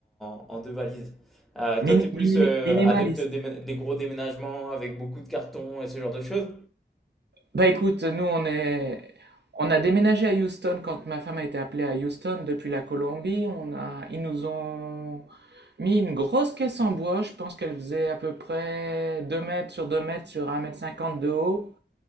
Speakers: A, in the centre; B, on the right.
A: en- en deux valises. Euh,
B: mini-
A: toi, t'es plus
B: mini-
A: euh,
B: minimaliste.
A: adepte des, des gros déménagements avec beaucoup de cartons et ce genre de choses?
B: Bah écoute, nous on est, on a déménagé à Houston quand ma femme a été appelée à Houston depuis la Colombie. On a, ils nous ont mis une grosse caisse en bois. Je pense qu'elle faisait à peu près deux mètres sur 2 mètres sur un mètre cinquante de haut,